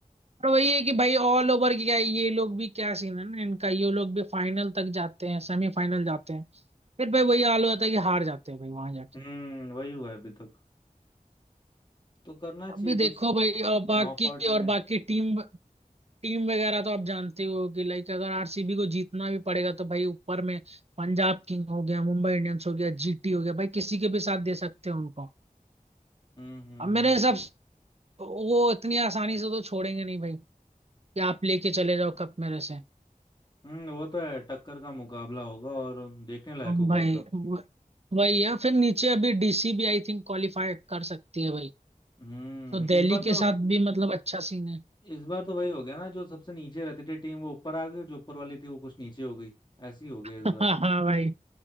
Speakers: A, on the right; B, on the left.
A: पर वही है कि भाई ऑल ओवर की क्या ये लोग भी क्या सीन है ना इनका ये लोग भी फाइनल तक जाते हैं सेमीफाइनल जाते हैं फिर भाई वही हाल हो जाता है कि हार जाते हैं भाई वहां जाके
B: हम्म वही हुआ है अभी तक तो करना चाहिए
A: अभी देखो
B: कुछ
A: भाई अ, बाकी
B: नॉकआउट
A: और
B: में
A: बाकी टीम टीम वगैरह तो आप जानते ही हो कि लाइक अगर आरसीबी को जीतना भी पड़ेगा तो भाई ऊपर में पंजाब किंग हो गया मुंबई इंडियंस हो गया जीटी हो गया भाई किसी के भी साथ दे सकते हैं उनको
B: हम्म हम्म
A: अब मेरे
B: हम्म
A: हिसाब तो वो इतनी आसानी से तो छोड़ेंगे नहीं भाई कि आप लेके चले जाओ कप मेरे से
B: हम्म, वो तो है टक्कर का मुकाबला होगा और देखने लायक
A: हम
B: होगा
A: भाई
B: एकदम
A: व- वही है फिर नीचे अभी डीसी भी आई थिंक क्वालिफाई कर सकती है भाई
B: हम्म
A: तो दिल्ली
B: इस बार
A: के
B: तो
A: साथ भी मतलब अच्छा सीन है
B: इस बार तो वही हो गया ना जो सबसे नीचे रहती थी टीम वो ऊपर आ गई जो ऊपर वाली थी वो कुछ नीचे हो गई ऐसी हो गया
A: <laughs>
B: इस बार
A: हाँ भाई